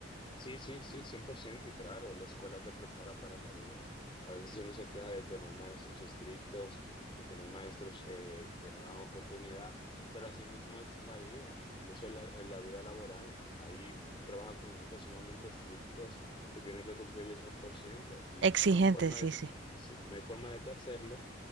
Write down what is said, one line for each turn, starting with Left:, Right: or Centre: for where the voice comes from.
Left: Sí, sí, sí, 100% y claro, la escuela te prepara para la vida. A veces uno se queja de tener maestros estrictos, de tener maestros eh, que no dan oportunidad, pero así mismo es la vida, incluso en la, en la vida laboral. Ahí se trabaja con jefes sumamente estrictos que tienen que cumplir el 100% y
Right: Exigente,
Left: no hay forma
Right: sí,
Left: de,
Right: sí.
Left: sí, no hay forma de tú hacerlo